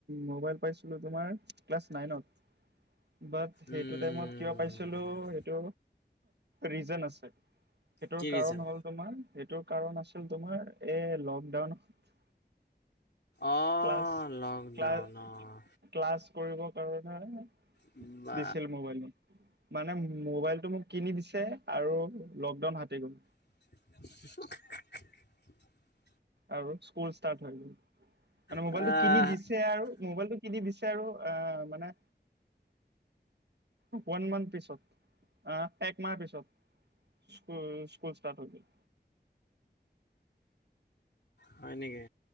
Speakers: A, on the right; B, on the left.
A: মোবাইল পাইছিলো তোমাৰ ক্লাছ নাইনত। বাট সেইটো
B: উম
A: টাইমত কিবা পাইছিলো সেইটো ৰিজন আছে। সেইটোৰ
B: কি
A: কাৰণ
B: ৰিজন
A: হ'ল তোমাৰ। সেইটো কাৰণ আছিল তোমাৰ এ লকডাউনত।
B: অ'
A: ক্লাছ
B: লকডাউন
A: ক্লা
B: অ'
A: ক্লাছ কৰিব কাৰণে।
B: বা
A: দিছিল মোবাইল মানে মোবাইলটো মোক কিনি দিছে। আৰু লকডাউন হাতি গ'ল।
B: <unintelligible>
A: আৰু স্কুল মান মবাইলটো
B: আহ
A: কিনি দিছে আৰু মবাইলটো কিনি দি। আৰু আহ মানে। ওৱান মান্থ পিছত আহ একমাহ পিছত। স্ক স্কুল ষ্টাৰ্ট হৈ গল।
B: হয় নেকি।